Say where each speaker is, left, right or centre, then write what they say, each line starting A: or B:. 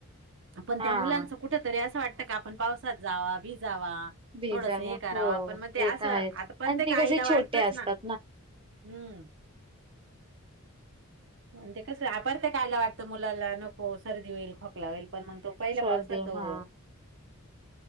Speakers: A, on the right (about 55°); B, on the right (about 25°).
A: पण
B: हा
A: त्या मुलांच कुठ तरी असं वाटत. का आपण पावसात जावा भिजावा.
B: भिजावा
A: थोडस हे कराव
B: हो
A: पण मग ते असं
B: तर आहेच
A: आता प्रत्येक
B: आणि ते
A: आईला
B: कसे
A: वाटतच
B: छोटे असतात
A: ना. हम्म. आणि ते कस प्रत्येक आईला व वाटतं मुलाला नको सर्दी होईल, खोकला होईल. पण मग तो पहिला
B: सर्दी
A: पावसातो.
B: हा